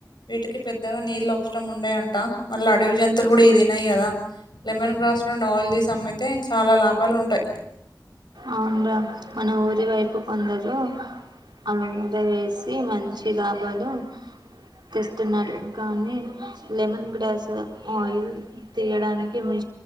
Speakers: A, on the left; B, on the right.
A: వీటికి పెద్దగా నీళ్ళ అవసరం ఉండయంట మళ్లా అడివి జంతువులు కూడా ఇవి తినయి కదా. లెమన్ గ్రాస్ నుండి ఆయిల్ తీసి అమ్మితే చాలా లాభాలు ఉంటాయ్.
B: అవున్ర మన ఊరి వైపు కొందరు అలముద వేసి మంచి లాభాలు తీస్తున్నారు కానీ లెమన్ గ్రాస్ ఆయిల్ తీయడానికి మీ